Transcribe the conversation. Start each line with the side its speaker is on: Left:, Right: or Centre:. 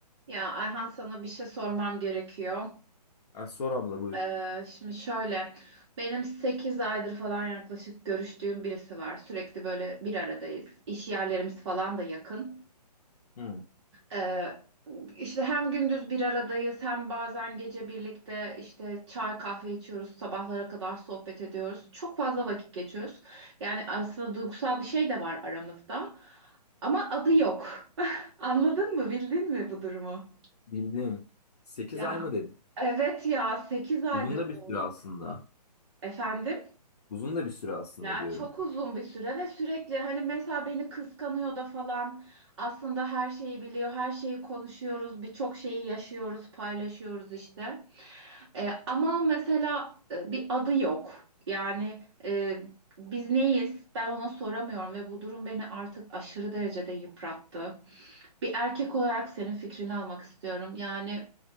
Right: Ya Ayhan sana bir şey sormam gerekiyor.
Left: Ha, sor abla buyur.
Right: Ee, şimdi şöyle, benim 8 aydır falan yaklaşık görüştüğüm birisi var. Sürekli böyle bir aradayız. İş yerlerimiz falan da yakın.
Left: Hı.
Right: Ee, işte hem gündüz bir aradayız hem bazen gece birlikte işte çay kahve içiyoruz. Sabahlara kadar sohbet ediyoruz. Çok fazla vakit geçiyoruz. Yani aslında duygusal bir şey de var aramızda. Ama adı yok. <laughs> Anladın mı? Bildin mi bu durumu?
Left: Bildim. 8
Right: Ya
Left: ay mı dedin?
Right: Evet ya 8 aydır
Left: Uzun da bir
Right: böyle.
Left: süre aslında.
Right: Efendim?
Left: Uzun da bir süre aslında
Right: Ya
Left: diyorum.
Right: çok uzun bir süre ve sürekli hani mesela beni kıskanıyor da falan aslında her şeyi biliyor, her şeyi konuşuyoruz, birçok şeyi yaşıyoruz, paylaşıyoruz işte. E, ama mesela e, bir adı yok. Yani e, biz neyiz? Ben ona soramıyorum ve bu durum beni artık aşırı derecede yıprattı. Bir erkek olarak senin fikrini almak istiyorum. Yani